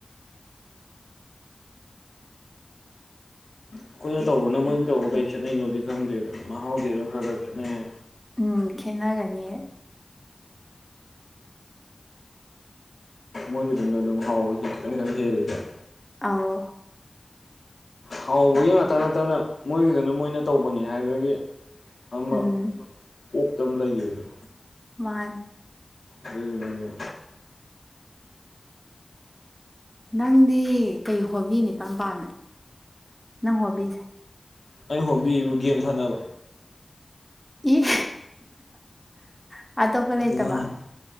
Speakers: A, on the left; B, in the centre.
A: ꯑꯩꯈꯣꯏꯅ ꯇꯧꯕꯅ ꯃꯣꯏꯕꯨ ꯇꯧꯕ ꯀꯩ ꯈꯦꯠꯅꯩꯅꯣꯗꯤ ꯈꯪꯗꯦ ꯑꯗꯨꯝ ꯃꯍꯥꯎꯗꯤ ꯑꯗꯨꯝ ꯈꯔ ꯈꯔ ꯈꯦꯠꯅꯩ ꯍꯥꯏ
B: ꯎꯝ ꯈꯦꯠꯅꯒꯅꯤꯌꯦ
A: ꯃꯣꯏꯒꯤꯗꯨꯅ ꯑꯗꯨꯝ ꯍꯥꯎꯕ ꯈꯤꯇꯪ ꯈꯤꯇꯪ ꯍꯦꯜꯂꯤꯗꯅ
B: ꯑꯥꯎ
A: ꯍꯥꯎꯕꯒꯤ ꯉꯥꯛꯇ ꯅꯠꯇꯅ ꯃꯣꯏꯒꯤꯗꯨꯅ ꯃꯣꯏꯅ ꯇꯧꯕꯅꯤ ꯍꯥꯏꯕꯒꯤ ꯑꯃ
B: ꯎꯝ
A: ꯀꯣꯛꯇ ꯑꯃ ꯂꯩꯒꯤꯕꯗꯣ
B: ꯃꯥꯟꯅꯦ
A: ꯑꯗꯨꯏꯗꯨꯅꯅꯦ
B: ꯅꯪꯗꯤ ꯀꯩ ꯍꯣꯕꯤꯅ ꯏꯄꯥꯥꯝ ꯄꯥꯝꯃꯦ ꯅꯪ ꯍꯣꯕꯤꯖꯦ
A: ꯑꯩꯩ‌ ꯍꯣꯕꯤꯕꯨ ꯒꯦꯝ ꯁꯥꯟꯅꯕ
B: ꯏ <unintelligible> ꯂꯩꯇꯕ
A: ꯑꯗꯨꯃꯉꯥꯏ